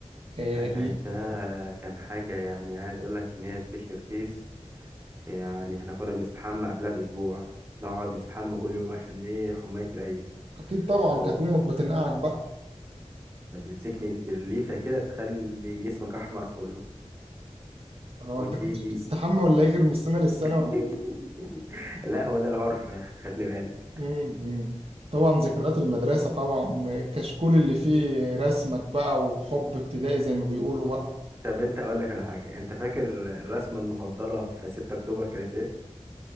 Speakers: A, on the right; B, on the right.
A: آه،
B: لا
A: ال-
B: العيد ده كان حاجة يعني عايز اقول لك ان هي سبيشال كيس يعني احنا كنا بنستحمى قبلها باسبوع نقعد نستحمى كل يوم عشان ايه حماية العيد
A: اكيد طبعا
B: اه
A: كانت امك بتنقعك بقى
B: كانت بتمسكني بالليفة كده تخلي جسمك احمر كله
A: هو
B: وتيجي
A: انت كنت بتستحمى ولا ايه غير من السنة للسنة
B: <laughs>
A: ولا ايه
B: لا هو ده العرف <laughs> خلي بالك
A: مم، مم. طبعا ذكريات المدرسة طبعا الكشكول اللي فيه رسمك بقى وحب ابتدائي زي ما بيقولوا بقى
B: طب انت اقول لك على حاجة انت فاكر الرسمة المفضلة في 6 اكتوبر كانت ايه